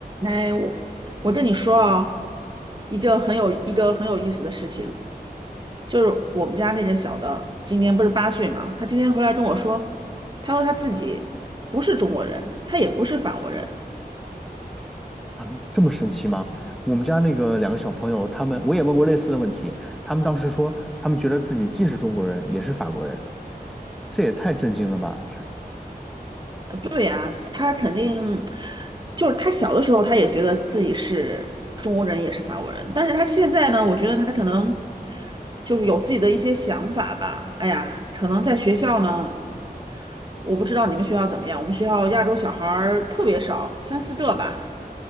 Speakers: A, on the right; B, in the centre.
A: 哎，我我跟你说啊，一件很有一个很有意思的事情，就是我们家那个小的，今年不是八岁嘛，他今天回来跟我说，他说他自己不是中国人，他也不是法国人，
B: 啊，这么神奇吗？我们家那个两个小朋友，他们我也问过类似的问题，他们当时说，他们觉得自己既是中国人，也是法国人，这也太震惊了吧？
A: 对呀，他肯定就是他小的时候他也觉得自己是中国人也是法国人，但是他现在呢，我觉得他可能就是有自己的一些想法吧，哎呀，可能在学校呢。我不知道你们学校怎么样，我们学校亚洲小孩儿特别少，三四个吧。